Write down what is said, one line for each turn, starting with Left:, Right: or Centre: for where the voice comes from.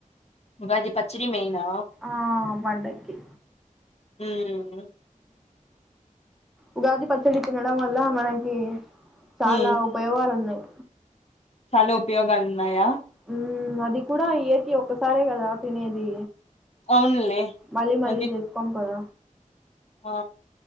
Left: ఉగాది పచ్చడి మెయినా
Centre: ఆ పండకి
Left: ఉమ్
Centre: ఉగాది పచ్చడి తినడం వల్ల మనకి చాలా
Left: ఉమ్
Centre: ఉపయోగాలు ఉన్నాయి
Left: చాలా ఉపయోగాలు ఉన్నాయా
Centre: ఉమ్ అది కూడా ఇయర్ కి ఒక్కసారే కదా తినేది
Left: అవునులే
Centre: మళ్ళీ మళ్ళీ
Left: అది
Centre: చేసుకోం కద
Left: ఆ